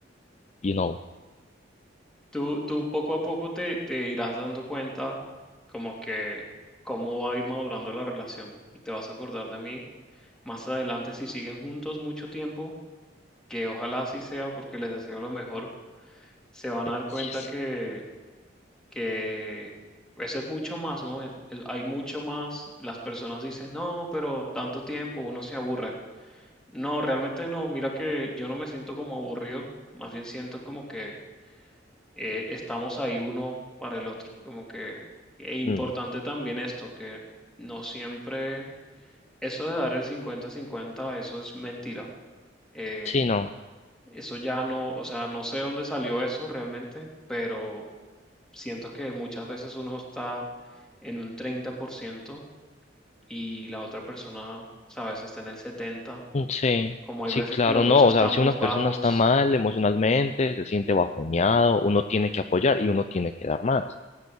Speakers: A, on the left (about 35°); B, in the centre.
A: You know,
B: tú, tú poco a poco te, te irás dando cuenta como que cómo va a ir madurando la relación y te vas a acordar de mí más adelante si siguen juntos mucho tiempo, que ojalá así sea porque les deseo lo mejor, se van
A: gracias.
B: a dar cuenta que que pues es mucho más, ¿no? Es- es- hay mucho más. Las personas dicen, no, pero tanto tiempo uno se aburre. No, realmente no. Mira que yo no me siento como aburrido. Más bien siento como que eh, estamos ahí uno para el otro. Como que es importante
A: Mm,
B: también esto, que no siempre eso de dar el 50-50, eso es mentira. Eh,
A: Sí, no.
B: eso ya no, o sea, no sé dónde salió eso realmente, pero Siento que muchas veces uno está en un 30% y la otra persona, sabes, está en el 70%.
A: Mm, Sí,
B: Como hay
A: sí,
B: veces
A: claro,
B: que los
A: no.
B: dos estamos
A: O sea, si una
B: bajos.
A: persona está mal emocionalmente, se siente bajoneado, uno tiene que apoyar y uno tiene que dar más.